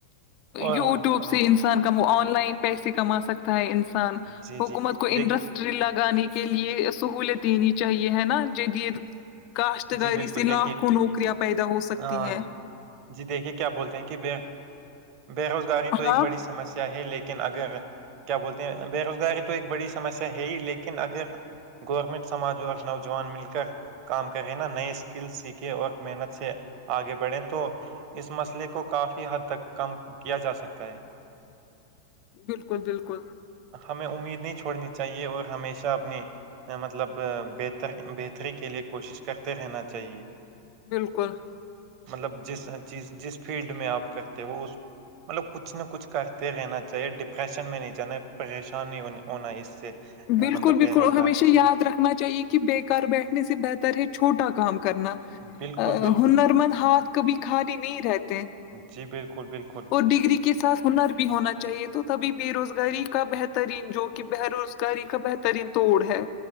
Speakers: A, on the right; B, on the left.
A: اور
B: یوٹیوب
A: ام،
B: سے ان سان کب آن لائن پیسے کما سکتا ہے انسان
A: جی
B: حکومت
A: جی
B: کو
A: دیکھ
B: انٹرسٹ ٹری لگانے کے لیے سہولت دینی چاہیے ہے نا جدید کاشتکاری
A: جی بالکل
B: سے
A: دیکھیے
B: لاکھوں نوکریاں پیدا ہو سکتی
A: آ،
B: ہے
A: جی دیکھیے کیا بولتے ہیں کہ بے بے روزگاری تو ایک
B: ہاں
A: بڑی س سمسیا ہے لیکن اگر کیا بولتے ہیں بے روزگاری تو ایک بڑی سمسیا ہے ہی لیکن اگر گورنمنٹ سماج اور نوجوان مل کر کام کہے نا نئے اسکل سیکھیں اور محنت سے آگے بڑھے تو اس مسئلے کو کافی حد تک کم کیا جا سکتا ہے
B: بالکل بالکل
A: ہمیں امید نہیں چھوڑنی چاہیے اور ہمیشہ اپنی مطلب بہتر بہتری کے لیے کوشش کرتے رہنا چاہیے
B: بالکل
A: مطلب جس چیز جس فیلڈ میں آپ کرتے ہو وہ مطلب کچھ نہ کچھ کرتے رہنا چاہیے ڈپریشن میں نہیں جانا پریشانی نی ہو ہونا اس سے اہ،
B: بالکل
A: مطلب بے
B: بالکل
A: روزگاری
B: ہمیشہ یاد
A: سے
B: رکھ نا چاہیے کہ بیکار بیٹھنے سے بہتر ہے چھوٹا کام کرنا
A: بالکل
B: آ
A: بالکل
B: ہنر مند ہاتھ کبھی خالی نہیں رہتے
A: جی بالکل بالکل
B: اور ڈگری کے ساتھ ہنر بھی ہونا چاہیے تو تبھی بے روزگاری کا بہترین جو کہ بہ روز کری کا بہترین توڑ ہے